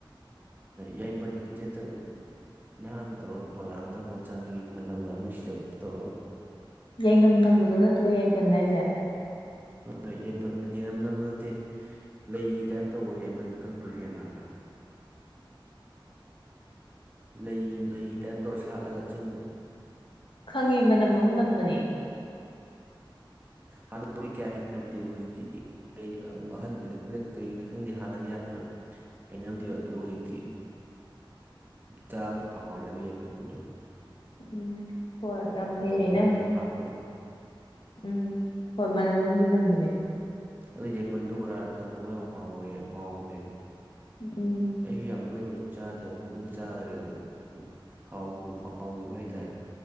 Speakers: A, on the right; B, on the left.
A: ꯌꯥꯏꯄꯜꯁꯤꯗ ꯍꯥꯟꯟꯅ ꯇꯧꯔꯒ ꯕꯣꯔꯥ ꯑꯝꯇꯪ ꯍꯧꯣꯠ ꯆꯥꯅꯤꯡꯉꯤꯅꯤ ꯃꯅꯝꯒꯥꯡ ꯅꯨꯡꯁꯤꯖ ꯇꯧꯔꯛ ꯑꯣ
B: ꯌꯥꯏꯅꯝ ꯅꯝꯕꯗꯣ ꯅꯠꯇ꯭ꯔꯣ ꯌꯥꯏꯄꯟꯅ ꯍꯥꯏꯁꯦ
A: ꯍꯣꯏ ꯌꯥꯏꯄꯟꯅ ꯌꯦꯅꯝ ꯅꯝ ꯅꯠꯇꯦ ꯂꯩ ꯇꯥꯏꯞ ꯇꯧꯕ ꯌꯥꯏꯄꯜ ꯀꯪꯗꯣꯏꯁꯦꯅ ꯂꯩ ꯂꯩꯒꯤ ꯇꯥꯏꯞꯇꯧꯔ ꯁꯥꯠꯂꯒ ꯆꯤꯡꯅ
B: ꯈꯪꯉꯤ ꯃꯅꯝ ꯑꯃ ꯅꯝꯕꯅꯦ
A: ꯍꯥꯟꯅꯣꯏ ꯀꯌꯥ ꯍꯟꯅꯔꯝꯗꯦ ꯑꯗꯣ ꯍꯧꯖꯤꯛꯇꯤ ꯑꯩꯗꯤ ꯑꯍꯟ ꯑꯣꯏꯜꯂꯛꯄꯔ ꯀꯩꯒꯤꯅꯣ ꯈꯪꯗꯦ ꯍꯥꯟꯅꯗꯤ ꯌꯥꯔꯅ ꯍꯥꯏꯅꯝꯗꯦꯕ ꯑꯗꯨ ꯍꯧꯖꯤꯛꯇꯤ ꯆꯥꯕ ꯐꯥꯎꯦ ꯑꯗꯨ ꯌꯥꯏꯄꯜꯗꯣ
B: ꯎꯝ ꯍꯣꯏ ꯌꯥꯝ ꯐꯩꯌꯦ
A: ꯇꯧꯕ ꯈꯣꯠꯄ
B: ꯅꯪ
A: ꯌꯥꯝ ꯍꯥꯞꯄꯗꯣ
B: ꯎꯝ ꯍꯣꯏ ꯃꯅꯝ ꯑꯃꯗꯤ ꯅꯝꯕꯅꯦꯕ
A: ꯑꯗꯨ ꯌꯥꯄꯟꯗꯨ ꯔꯥ ꯇꯧꯕ ꯌꯥꯝ ꯍꯥꯎꯋꯦ ꯍꯥꯎꯕꯅꯦ
B: ꯎꯝ
A: ꯑꯩꯁꯨ ꯌꯥꯝ ꯇꯣꯏꯅꯕꯨ ꯆꯥꯗꯦ ꯑꯃꯨꯛ ꯑꯅꯤ ꯆꯥꯈꯔꯦ ꯑꯗꯣ ꯁꯨꯝ ꯍꯥꯎ ꯍꯥꯎꯈꯤꯕ ꯍꯥꯏꯇꯥꯔꯦ